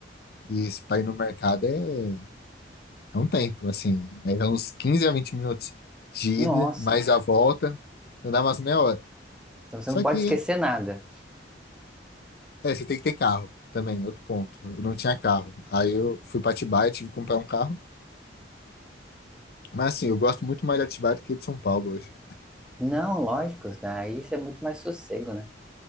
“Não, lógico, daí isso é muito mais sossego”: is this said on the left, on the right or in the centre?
Centre